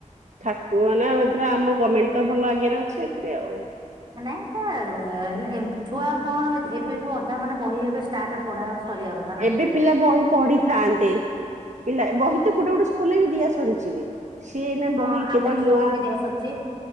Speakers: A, on the right (about 65°); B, on the right (about 35°).
A: ଠାକୁର ନା ଏଥର ଆମ ଗମେଣ୍ଟ ତ ଭଲ ଆଗରେ ଅଛି ଏଥିରେ ଆଉ।
B: ନାଇଁଏଟା ହେଲେ ଛୁଆ ଆଉ କଣ ଏବେଠୁ ଅଧା ମାନେ ବହି ଏବେ ଷ୍ଟାର୍ଟ ପଢା ସରିବା କଥ
A: ଏବେ ପିଲା ବହି ପଢିଥାନ୍ତେ ପିଲା ବହି ତ ଗୋଟେ ଗୋଟେ ସ୍କୁଲରେ ବି ଦିଆ ସରିଛି। ବି ସିଏଇନା
B: ହଁ
A: ବହି
B: ଆମ
A: କେତେବେଳେ
B: ଝିଅଙ୍କୁ
A: ନୂଆ
B: ବି ଦିଆ ସରିଛି